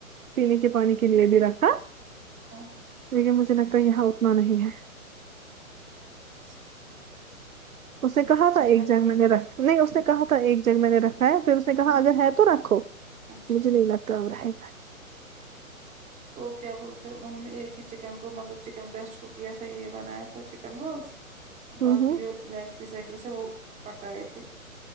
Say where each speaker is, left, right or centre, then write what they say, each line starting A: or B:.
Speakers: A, on the right; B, on the right.
A: پینے کے پانی کے لیے بھی رکھا
B: ہاں
A: دیکھیے مجھے لگتا ہے یہاں اتنا نہیں ہے
B: اچھا اچھا
A: اس نے کہا تھا ایک
B: رکھو
A: جنگ میں نے
B: پھر
A: رکھ نہیں اس نے کہا تھا ایک جگ میں نے رکھا ہے پھر اس نے کہا
B: ہاں،
A: اگر ہے تو رکھو
B: اچھا
A: مجھے نہیں رکھتا گا ہے
B: تو کیا بولتے ان نے ایک ہی چکن کو مطلب چکن بریسٹ کو کیا تھا یہ بنایا تھا چکن بالز باقی
A: ہوں ہوں
B: جو لیگ پیس ویگ پیس ہے وہ پکائے تھے